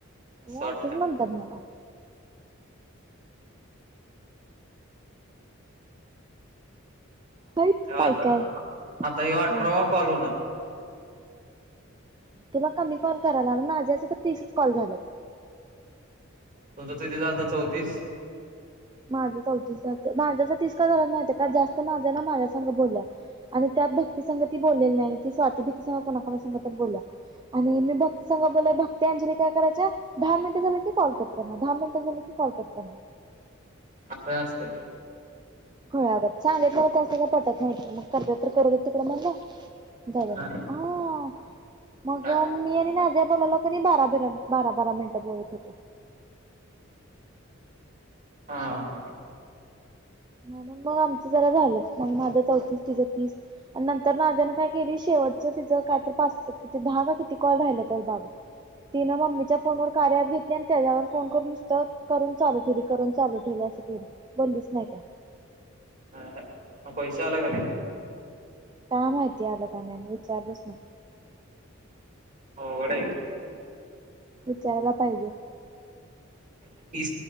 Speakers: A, on the right; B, on the right.
A: असं
B: वय
A: वाटतं
B: असंच म्हणतात मला. आहेत काय
A: आता
B: काय
A: आता इवा अठरावा
B: जण
A: कॉल होणार.
B: तुला कमी कॉल करायल ना माझ्या असच तर कॉल झाल्यात.
A: तुमचं किती झालं तर चौतीस?
B: माझं चौतीस झालतं माझं तर तीस का झालं माहितीय काय जास्त नाज्या ना माझ्या संग बोलल्या आणि त्यात भक्ती संंग ती बोललेली नाही ती स्वाती भीती संग कोणाकोणा संग बोलल्या आणि मी भक्ती संग बोललाय भक्ती, अंजली काय करायच्या दहा मिनिटं झालं की कॉल कट करणार, दहा मिनिटं झालं की कॉल कट करणार.
A: असं नसतंय.
B: खुळ्यागत सांगेल परत तसं काय पटत नाहीत मग करत्यात तर करू देत तिकडं म्हणल जाऊ दे
A: हा
B: मग आ मग
A: काय
B: अन मी आणि नाज्या बोला लो की नी बारा बीरा बारा बारा मिनिटं बोलत होतो.
A: हां.
B: म्हणून मग आमचं जरा झालंच मग माझं चौतीस तिचं तीस नंतर नाज्याने काय केली शेवटचं तिचं काय तर पाच दहा का किती कॉल राहिला तर बाबा तिनं मम्मीच्या फोनवर कार्य ॲप घेतली आणि त्याच्यावर फोन करून नुसतं करून चालू ठेवली. करून चालू ठेवले असं केले बोललीच नाही काय.
A: हा हा म पैशा आला का नाय?
B: काय माहितीय आलं का नाय विचारलच नाय.
A: अवघड आहे.
B: विचारायला पाहिजे.
A: की